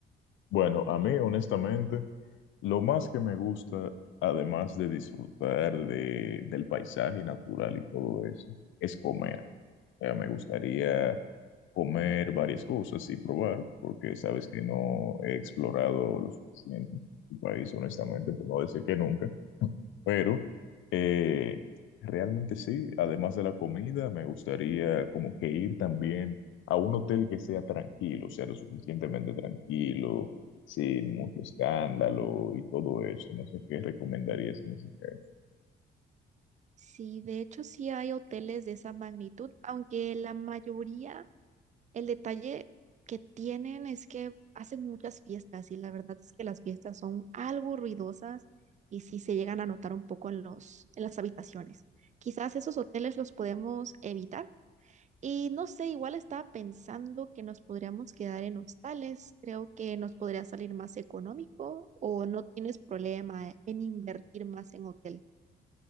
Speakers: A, on the left; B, on the right.
A: Bueno, a mí, honestamente, lo más que me gusta, además de disfrutar de, del paisaje natural y todo eso, es comer. Eh, me gustaría comer varias cosas y probar, porque sabes que no he explorado lo suficiente el país, honestamente, por no decir que nunca. Pero eh, realmente sí, además de la comida, me gustaría como que ir también a un hotel que sea tranquilo, o sea, lo suficientemente tranquilo, sin mucho escándalo y todo eso. No sé qué recomendarías en ese caso.
B: Sí, de hecho sí hay hoteles de esa magnitud, aunque la mayoría, el detalle que tienen es que hacen muchas fiestas y la verdad es que las fiestas son algo ruidosas y sí se llegan a notar un poco en los, en las habitaciones. Quizás esos hoteles los podemos evitar. Y no sé, igual estaba pensando que nos podríamos quedar en hostales. Creo que nos podría salir más económico o no tienes problema en invertir más en hotel.